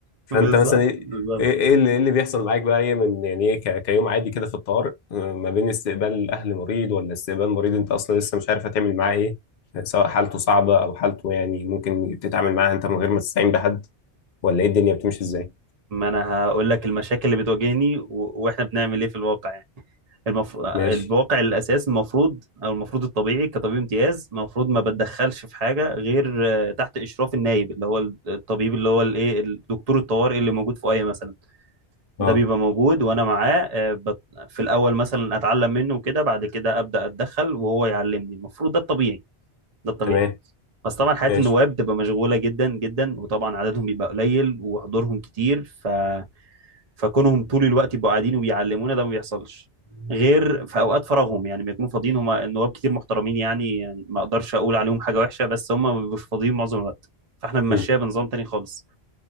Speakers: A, on the left; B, on the right.
A: فانت
B: بالظبط
A: مثلا ايه
B: بالظبط
A: ايه إيه اللي, إيه اللي بيحصل معاك بقى ايه من يعني ايه ك- كيوم عادي كده في الطوارئ آه، ما بين استقبال اهل مريض ولا استقبال مريض انت اصلا لسه مش عارف هتعمل معاه ايه سواء حالته صعبة او حالته يعني ممكن تتعامل معاها انت من غير ما تستعين بحد ولا ايه الدنيا بتمشي ازاي
B: ما انا هقول لك المشاكل اللي بتواجهني و... واحنا بنعمل ايه في الواقع يعني المف... الواقع
A: ماشي
B: الاساس المفروض او المفروض الطبيعي كطبيب امتياز المفروض ما بتدخلش في حاجه غير آه، تحت اشراف النايب اللي هو ال- الطبيب اللي هو الايه الدكتور الطوارئ اللي موجود في ايه مثلا
A: اه
B: ده بيبقى موجود وانا معاه آه، بت... في الاول مثلا اتعلم منه وكده بعد كده ابدا اتدخل وهو يعلمني المفروض ده الطبيعي ده الطبيعي
A: تمام
B: بس طبعا حياة
A: ماشي
B: النواب بتبقى مشغولة جدا جدا وطبعا عددهم بيبقى قليل وحضورهم كتير ف... فكونهم طول الوقت يبقوا قاعدين وبيعلمونا ده ما بيحصلش غير في اوقات فراغهم يعني بيكونوا فاضيين هم النواب كتير محترمين يعني يعني ما اقدرش اقول عليهم حاجة وحشة بس هم ما بيبقوش فاضيين معظم الوقت فاحنا بنمشيها
A: مم.
B: بنظام تاني خالص